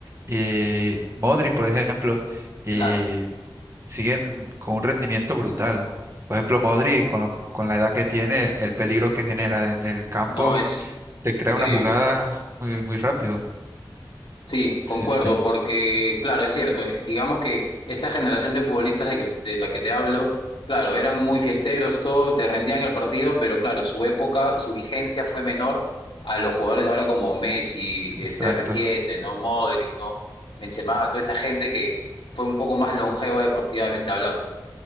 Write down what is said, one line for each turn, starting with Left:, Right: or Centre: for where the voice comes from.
Right: y Modric, por ejemplo, y
Left: claro,
Right: siguen con un rendimiento brutal. Por ejemplo, Modric, con los- con la edad que tiene, el peligro que genera en el campo,
Left: no es
Right: te crea
Left: increíble.
Right: una jugada muy, muy rápido.
Left: Sí, concuerdo,
Right: Sí, sí,
Left: porque claro, es cierto, eh, digamos que esta generación de futbolistas de, que- de la que te hablo, claro, eran muy fiesteros, todo, te rendían el partido, pero claro, su época, su vigencia fue menor a los jugadores de ahora como Messi, eh,
Right: exacto.
Left: CR7, ¿no? Modric, ¿no? Benzema, toda esa gente que fue un poco más longeva deportivamente hablando.